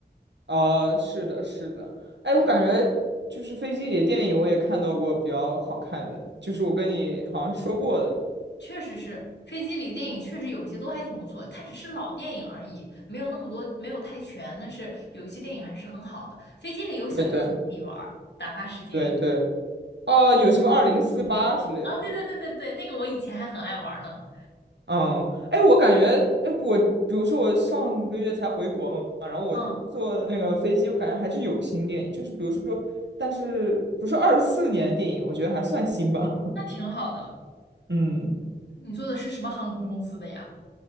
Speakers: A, on the right; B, on the left.
A: 啊，是的，是的，哎，
B: 对，
A: 我感觉就是飞机里的电影我也看到过比较好看的，就是我跟你好像说过的，
B: 确实是飞机里的电影，确实有一些都还挺不错的。它只是老电影而已，没有那么多，没有太全，但是有一些电影还是很好的。飞机里有小游戏可以玩儿打发时间用。
A: 对对对对，哦、有什么二零四八之类的，
B: 啊、对对对对对，那个我以前还很爱玩儿呢。
A: 嗯，哎，我感觉，哎，我比如说我上个月才回国嘛，然后我坐那个飞机，
B: 嗯，
A: 我感觉还是有新电影，就是比如说，但是不是二四年的电影，我觉得还算新吧。
B: 那挺好的。
A: <laughs> 嗯，
B: 你坐的是什么航空公司的呀？